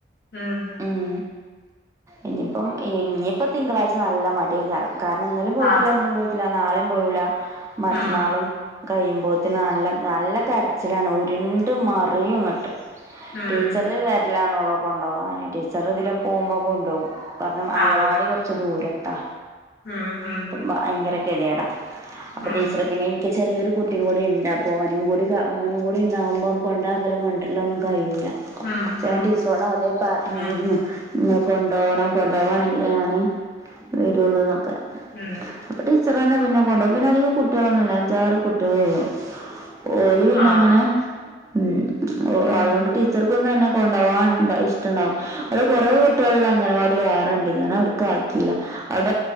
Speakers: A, on the left; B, on the right.
A: ഉം
B: ഉം ഇനിയിപ്പം ഇനിയിപ്പം തിങ്കളാഴ്ച നല്ല മടി അയക്കാരം കാരണം ഇന്നലെയും പോയിട്ടില്ല
A: ആ
B: ഇന്നും പോയിട്ടില്ല നാളെയും പോവുല മറ്റന്നാളും
A: ഉം
B: കയുമ്പോഴത്തന് നല്ല നല്ല കരച്ചിലാണ് ഉരുണ്ട് മറിയും ഇങ്ങട്ട്
A: ഉം
B: ടീച്ചർ വരലാണോളേ കൊണ്ടോ വാന് ടീച്ചർ ഇതിലെപോകുമ്പോ കൊണ്ടോകും കണം അംഗനവാടി
A: ആ
B: കുറച്ച് ദൂര ത്താ
A: ഉം ഉം
B: അപ്പൊ ഭയങ്കര ഭയങ്കര കോ തിയേടാ അപ്പൊ
A: ഉം
B: ടീച്ചറ് പിന്നെ ക്ക് ചെറിയൊരു കുട്ടിയും കൂടി ഇണ്ട് അപ്പോൾ ഓനും കൂടി ഓനും കൂടി ഇണ്ടാകുമ്പം കൊണ്ടാക്കലും കൊണ്ട രല്ലൊന്നും കഴിയുല്ല
A: ഉം
B: ഞാൻ
A: ഉം
B: ടീച്ചറോട് അതെ പറഞ്ഞിന്നു
A: ഉം
B: ഇങ്ങള് കൊണ്ടോണം കൊണ്ടോവാണെങ്കിൽ
A: ഉം
B: ഞാന് വരുള്ളൂന്നൊക്കെ
A: ഉം
B: അപ്പൊ ടീച്ചർന്നെ പിന്നെ കൊണ്ടോവും പിന്നെ അധികം കുട്ടികളൊന്നുല്ല അഞ്ചാറ് കുട്ടിളോള്ളു ഓൾ പിന്നെ
A: ആ
B: അങ്ങനെ ഉം ഒ
A: ഉം
B: അതോണ്ട് ട്ടി ടീച്ചർക്കും തന്നെ കൊണ്ടാവാൻ ഇഷ്ടണ്ടാവും അവടെ കൊറേ കുട്ടികളുള്ള അംഗൻവാടി വേറണ്ട് ഞാൻ അവടക്ക് ആക്കി അവിടെ